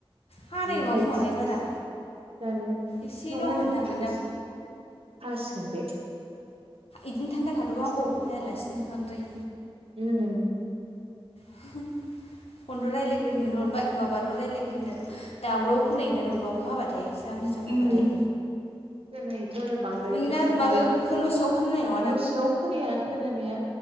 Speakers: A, on the left; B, on the right.
A: हानाय
B: जि
A: नङा
B: थाइ
A: खोमाहाय बारा
B: जानो
A: एसेल'
B: <unintelligible>
A: हानानै थांगोनदां
B: हासिगोन बे
A: इदिनो थान्दा थाथ'बा हामगौ हायालासिनो बांद्राय
B: <unintelligible>
A: <unintelligible> फन ल' रायज्लायग्रोनो <unintelligible> माबा माबाल' रायलायग्रोनो दावराव खोनायो ना नहलेबा अखा हाबा ज्राम ज्रुम
B: उम
A: होबा थाय
B: खोनायोथ' आरो बांद्राय
A: नोंना
B: गोसा
A: माबायाव
B: हायोब्ला
A: न सिङाव खोनानाय नङा
B: न' सिङाव खोनाया खोनानाया